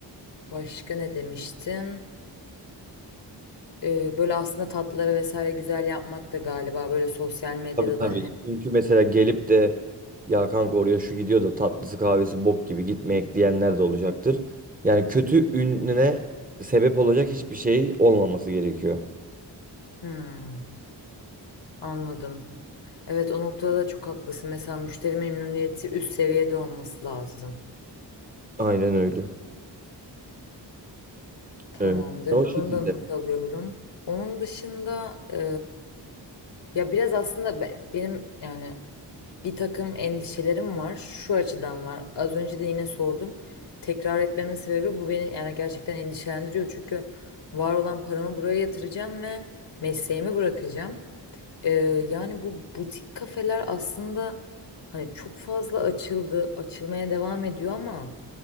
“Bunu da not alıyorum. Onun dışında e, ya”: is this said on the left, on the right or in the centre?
Left